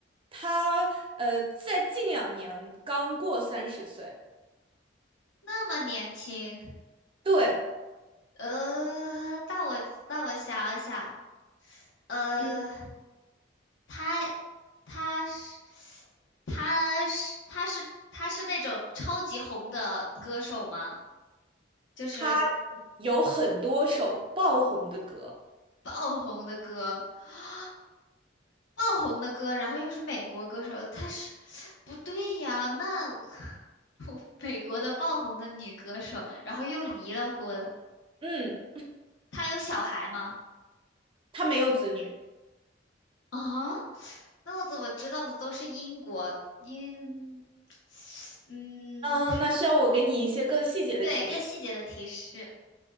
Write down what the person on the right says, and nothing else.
他呃，在近两年刚过三十岁，
对，
嗯，
他有很多首爆红的歌，
嗯，
他没有子女，
嗯、那需要我给你一些更细节的提示，